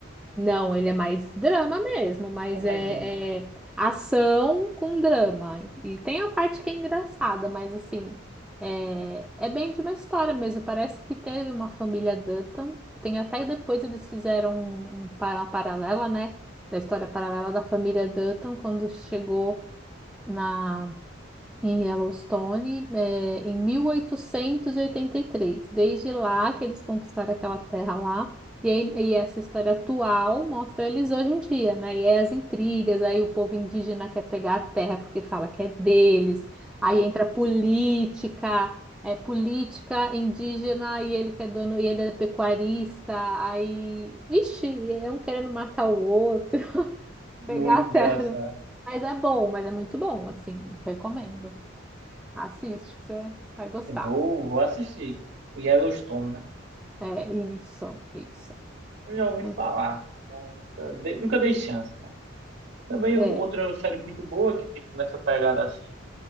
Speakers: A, in the centre; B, on the right.
A: Não, ele é mais drama mesmo, mas
B: É mais
A: é,
B: drama.
A: é ação com drama. E tem a parte que é engraçada, mas assim, é, é bem de uma história mesmo. Parece que teve uma família Dutton. Tem até depois eles fizeram um, um, pa- uma paralela, né? Da história paralela da família Dutton, quando chegou na em Yellowstone, eh, em 1883. Desde lá que eles conquistaram aquela terra lá. E, aí- e essa história atual mostra eles hoje em dia, né? E aí as intrigas, aí o povo indígena quer pegar a terra porque fala que é deles. Aí entra política, é política indígena e ele que é dono, e ele é pecuarista. Aí, vixe, é um querendo matar o outro, <laughs>
B: Muito
A: pegar a terra.
B: engraçado.
A: Mas é bom, mas é muito bom, assim, recomendo. Assiste que você vai gostar.
B: Vou, vou assistir. O Yellowstone, né?
A: É isso, isso.
B: Eu já ouvi
A: Muito,
B: falar. mas Nunca, dei- nunca dei chance, né? Também
A: é.
B: outra série muito boa que, tipo, nessa pegada assim.